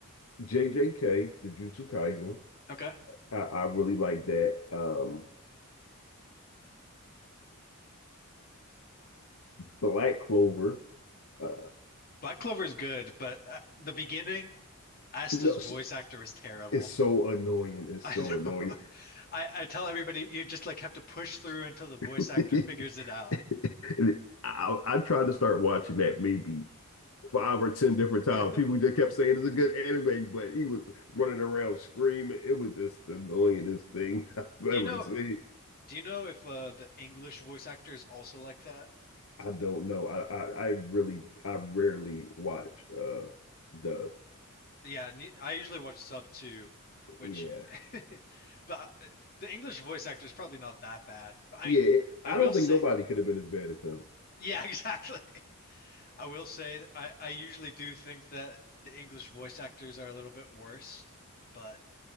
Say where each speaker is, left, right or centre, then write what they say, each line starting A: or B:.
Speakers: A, on the left; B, on the left.
A: JJK, Jujutsu Kaisen.
B: Okay.
A: I, I really like that. Um, Black Clover. Uh,
B: Black Clover is good, but uh, the beginning Asta's
A: no,
B: voice actor was terrible.
A: it's so annoying. It's
B: I
A: so
B: know.
A: annoying.
B: <laughs> I, I tell everybody you just like have to push through until the voice
A: <laughs>
B: actor figures it out.
A: And I, I tried to start watching that maybe five or ten different
B: <laughs>
A: times.
B: Do
A: People just kept saying it's a good anime, but he was running around screaming. It was just the annoyingest thing <laughs> I've
B: you
A: ever
B: know
A: seen.
B: do you know if uh the English voice actor is also like that?
A: I don't know. I I, I really I rarely watch uh dub.
B: Yeah, ne I usually watch sub too, which
A: Yeah,
B: <laughs> but uh, the English voice actor is probably not that bad. But I
A: yeah,
B: mean, I
A: I
B: will
A: don't
B: say
A: think nobody could have been as bad as him.
B: yeah, <laughs> exactly. I will say th- I I usually do think that the English voice actors are a little bit worse, but